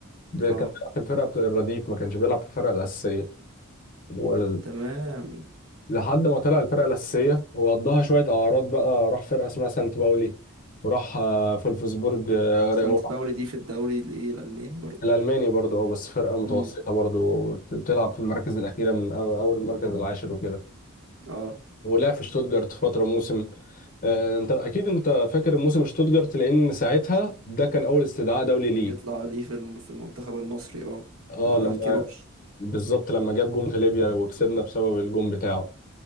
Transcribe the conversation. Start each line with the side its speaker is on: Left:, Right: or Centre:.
Left: ب-
Right: اه
Left: كان بيلعب في الفرقة بتاع الرديف ما كانش بيلعب في الفرقة الأساسية ولحد
Right: تمام
Left: ما طلع الفرقة الأساسية وقضاها شوية أعراض بقى راح فرقة اسمها سانت باولي وراح آه، فولفسبورج آه،
Right: سانت
Left: وراح
Right: باولي دي في الدوري الايه الألماني برضو
Left: الألماني برضه اه بس فرقة متوسطة
Right: امم
Left: برضه ت- تلعب في المراكز الأخيرة من أو- أول المركز العاشر وكده
Right: اه
Left: ولعب في شتوتجارت فترة موسم آه، انت اكيد انت فاكر موسم شتوتجارت لان ساعتها ده كان اول استدعاء دولي ليه
Right: يطلع ليه في الم- في المنتخب المصري اه
Left: اه
Right: مع
Left: لما
Right: كيروش
Left: بالظبط لما جاب جون في ليبيا وكسبنا بسبب الجون بتاعه